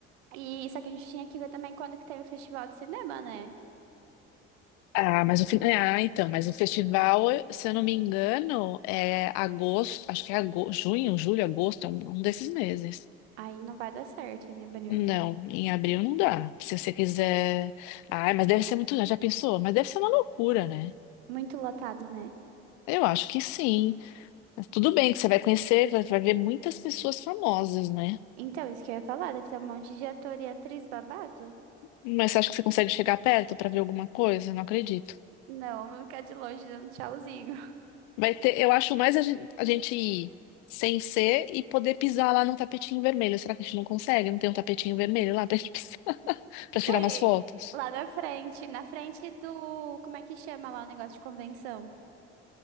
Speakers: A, on the right; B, on the left.
A: E só que a gente tinha que ver também quando que tem o festival de cinema, né?
B: Ah, mas o fi- ah, então, mas o festival, se eu não me engano, é agosto, acho que é agosto, junho, julho, agosto, é um um desses meses.
A: Aí não vai dar certo em abril.
B: Não, em abril não dá. Se você quiser. Ai, mas deve ser muito. Já pensou? Mas deve ser uma loucura, né?
A: Muito lotado, né?
B: Eu acho que sim. Mas tudo bem que você vai conhecer, vai, vai ver muitas pessoas famosas, né?
A: Então, isso que eu ia falar, deve ter um monte de ator e atriz babado.
B: Mas você acha que você consegue chegar perto para ver alguma coisa? Não acredito.
A: Não, vou ficar de longe dando tchauzinho.
B: Vai ter, eu acho mais a gente, a gente ir sem ser e poder pisar lá num tapetinho vermelho. Será que a gente não consegue? Não tem um tapetinho vermelho lá pra gente pisar, <laughs> pra
A: <laughs>
B: tirar
A: Ei,
B: umas fotos?
A: Lá na frente, na frente do. Como é que chama lá o negócio de convenção?